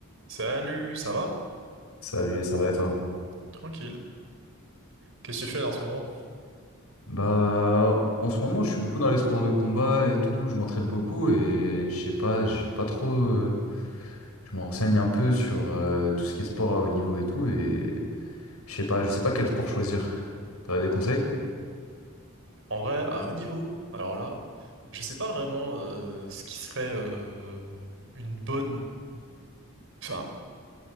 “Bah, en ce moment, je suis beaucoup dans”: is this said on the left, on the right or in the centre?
Left